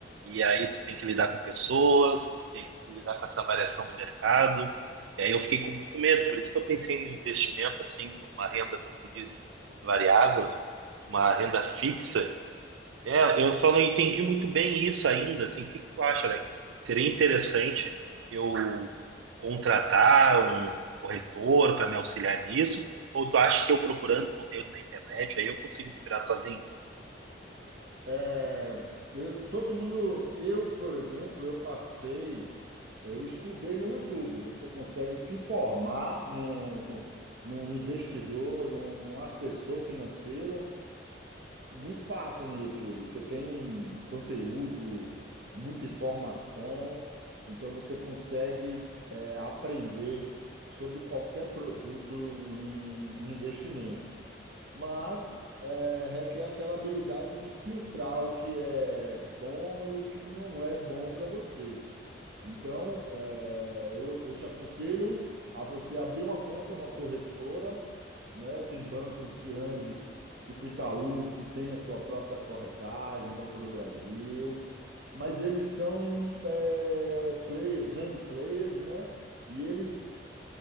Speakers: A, on the right; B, on the right.
A: e aí tu tem que lidar com pessoas, tem que lidar com essa variação do mercado. E aí eu fiquei com muito medo, por isso que eu pensei no investimento, assim, numa renda, como tu disse, variável, né? Uma renda fixa é, eu só não entendi muito bem isso ainda, assim, o que que tu acha, Alex? Seria interessante eu contratar um corretor para me auxiliar nisso? Ou tu acha que eu procurando conteúdo na internet, aí eu consigo me virar sozinho?
B: É, eu- todo mundo, eu, por exemplo, eu passei, eu estudei no YouTube. Você consegue se formar num, <laughs> num investidor, num, num assessor financeiro muito fácil no YouTube. Você tem conteúdo, muita informação, então você consegue, é, aprender sobre qualquer produto em em investimentos mas é, requer aquela habilidade de filtrar o que é bom e o que não é bom para você. Então, é, eu, eu te aconselho a você abrir uma conta numa corretora, né? Tem bancos grandes, tipo Itaú, que tem a sua própria corretagem, Banco do Brasil, mas eles são é, player- grande players, né? E eles